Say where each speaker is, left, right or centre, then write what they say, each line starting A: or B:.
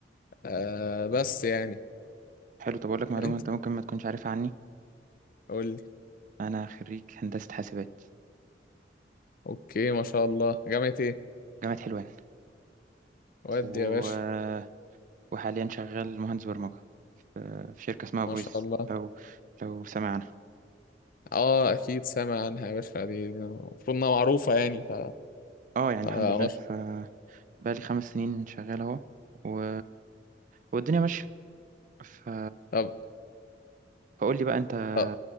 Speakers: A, on the left (about 50°); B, on the right (about 45°).
A: آه بس يعني
B: حلو طب اقول لك معلومه
A: انت
B: انت ممكن ما تكونش عارفها عني
A: قول لي
B: انا خريج هندسه حاسبات
A: اوكي ما شاء الله جامعة ايه
B: جامعه حلوان
A: ودي
B: و...
A: يا باشا
B: وحاليا شغال مهندس برمجه آه، في شركه اسمها
A: ما
B: فويس
A: شاء الله
B: لو لو سمعنا
A: اه اكيد سامع عنها يا باشا دي المفروض انها معروفة يعني ف...
B: اه يعني
A: فمش...
B: الحمد لله بقالي خمس سنين شغال اهو و... والدنيا ماشية ف...
A: طب
B: فقول لي بقى انت
A: طب